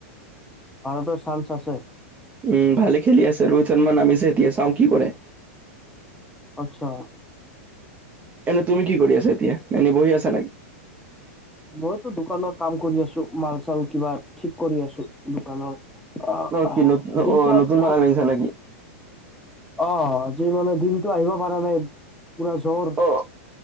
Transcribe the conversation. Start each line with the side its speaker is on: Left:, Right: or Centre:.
Centre: ভাৰতৰ চান্স আছে
Right: উম ভালে খেলি আছে ৰোহিত শৰ্মা নামিছে এতিয়া চাওঁ কি কৰে
Centre: আচ্ছা
Right: এনেই তুমি কি কৰি আছা এতিয়া এনে বহি আছা না
Centre: মইতো দোকানৰ কাম কৰি আছো মাল চাল কিবা ঠিক কৰি আছো দোকানৰ অ
Right: অঁ
Centre: অ
Right: কি নতুন
Centre: দিনটো
Right: অঁ
Centre: আজি
Right: নতুন
Centre: <unintelligible>
Right: মাল আনিছা নেকি
Centre: অ আজি মানে দিনটো আহিব পৰা নাই পুৰা জ্বৰ
Right: অ'